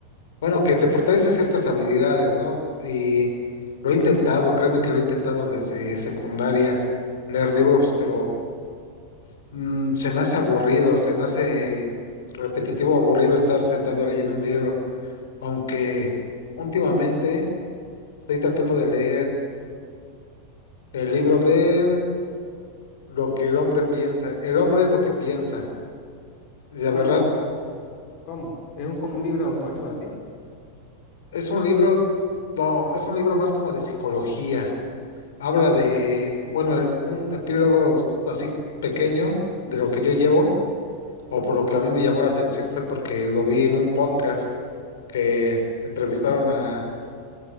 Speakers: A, on the left; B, on the left.
A: bueno, que te fortalece ciertas habilidades, ¿no? Y lo he intentado, créeme que lo he intentado desde secundaria, leer libros, pero mm, se me hace aburrido, se me hace repetitivo, aburrido estar sentado leyendo un libro, aunque últimamente estoy tratando de leer el libro de Lo que el hombre piensa. El hombre es lo que piensa. La
B: ¿Cómo,
A: verdad,
B: cómo? Es un, como un libro de autoayuda, ¿sí?
A: Es un libro, no, es un libro más como de psicología. Habla de, bueno, el- un epílogo así pequeño de lo que yo llevo, o por lo que a mí me llamó la atención fue porque lo vi en un podcast que entrevistaron a,